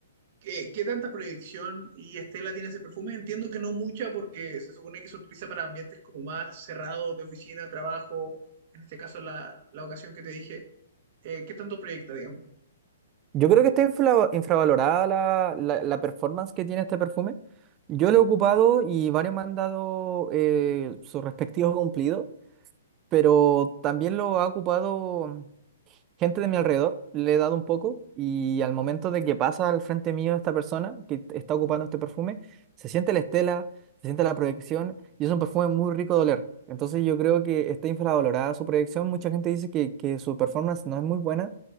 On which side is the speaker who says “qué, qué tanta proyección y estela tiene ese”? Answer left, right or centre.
Right